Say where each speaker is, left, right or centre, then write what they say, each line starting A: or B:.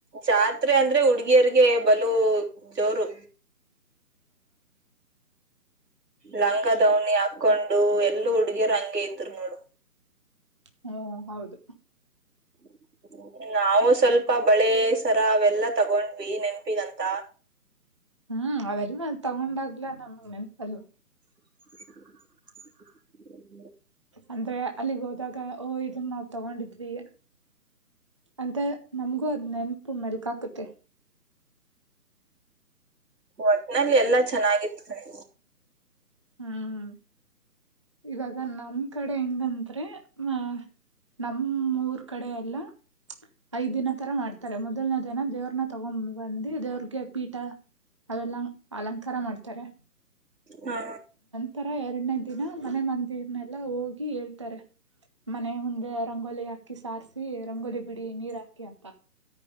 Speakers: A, on the right (about 85°); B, on the right (about 20°).
A: ಜಾತ್ರೆ ಅಂದ್ರೆ ಹುಡುಗಿಯರ್ರಿಗೆ ಬಲು ಜೋರು. ಲಂಗದವಣಿ ಹಾಕ್ಕೊಂಡು ಎಲ್ಲ ಹುಡುಗಿರ್ ಹಂಗೆ ಇದ್ರು ನೋಡು.
B: ಹ್ಮ್ ಹೌದು
A: <inaudible> ನಾವು ಸ್ವಲ್ಪ ಬಳೆ ಸರ ಅವೆಲ್ಲಾ ತಗೊಂಡ್ವಿ ನೆನ್ಪಿಗಂತ.
B: ಹ್ಮ್ ಅವೆಲ್ಲ ತಗೊಂಡಾಗ್ಲ ನಮಗ್ ನೆನಪಲ್
A: <inaudible>
B: ಅಂದ್ರೆ ಅಲ್ಲಿಗ್ ಹೋದಾಗ ಓ ಇದನ್ನ. ತಗೊಂಡಿದ್ವಿ ಅಂತ ನಮಗೂ ಅದ್ ನೆನಪು ಮೆಲ್ಕಾಕುತ್ತೆ.
A: ಒಟ್ನಲ್ಲಿ ಎಲ್ಲಾ ಚೆನ್ನಾಗಿತ್ತು ಕಣೆ.
B: ಹ್ಮ್ ಇವಾಗ ನಮ್ ಕಡೆ ಹೆಂಗಂದ್ರೆ ಅ ನಮ್ಮೂಊರ್. ಕಡೆ ಎಲ್ಲ ಐದ್ ದಿನ ತರ ಮಾಡ್ತಾರೆ ಮೊದಲನೇ ದನ ದೇವ್ರನ್ನ ತಗೊಂಡ್ ಬಂದಿ ದೇವ್ರಗೆ ಪೀಠ. ಅವೆಲ್ಲ ಅಲಂಕಾರ ಮಾಡ್ತಾರೆ.
A: ಹಾ
B: ತರ ಎರಡನೇ ದಿನ ಮನೆ ಮಂದಿರ್ನೆಲ್ಲಾ ಹೋಗಿ ಹೇಳ್ತಾರೆ. ಮನೆ ಮುಂದೆ ರಂಗೋಲಿ ಹಾಕಿ ಸಾರಸಿ ರಂಗೋಲಿ ಬಿಡಿ ನೀರ್ ಹಾಕಿ ಅಂತ.